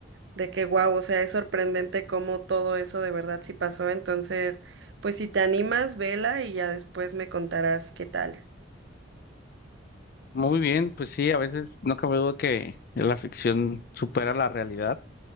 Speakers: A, on the right (about 70°); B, on the left (about 50°).
A: de que wow, o sea, es sorprendente cómo todo eso de verdad sí pasó. Entonces, pues si te animas, vela y ya después me contarás qué tal.
B: Muy bien, pues sí, a veces no cabe duda que la ficción supera la realidad.